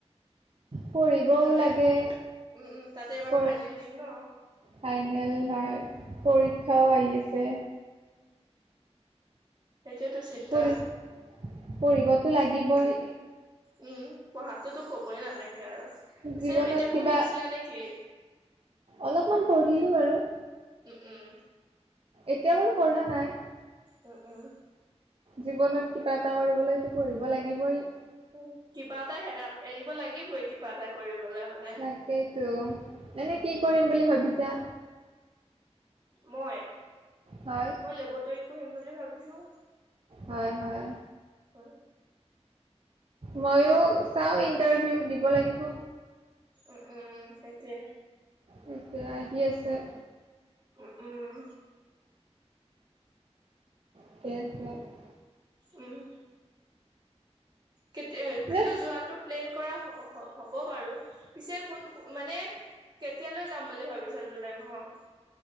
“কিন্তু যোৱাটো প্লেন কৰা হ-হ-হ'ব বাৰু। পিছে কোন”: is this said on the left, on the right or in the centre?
Right